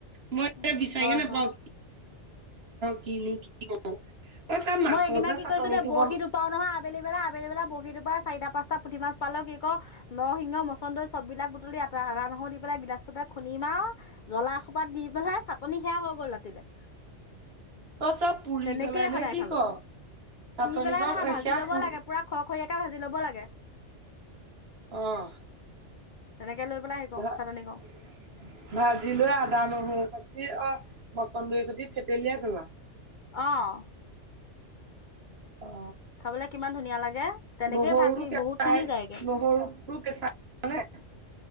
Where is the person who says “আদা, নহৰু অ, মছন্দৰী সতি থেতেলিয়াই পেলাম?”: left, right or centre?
Right